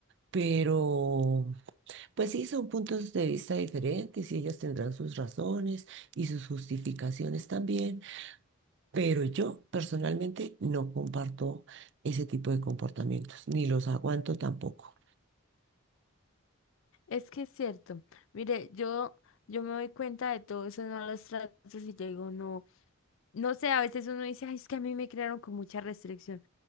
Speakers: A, on the right; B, on the left.
A: Pero, pues sí, son puntos de vista diferentes y ellas tendrán sus razones y sus justificaciones también. Pero yo personalmente no comparto ese tipo de comportamientos, ni los aguanto tampoco.
B: Es que es cierto. Mire, yo, yo me doy cuenta de todo eso en los tratos y yo digo, no no sé, a veces uno dice, ay, es que a mí me crearon con mucha restricción.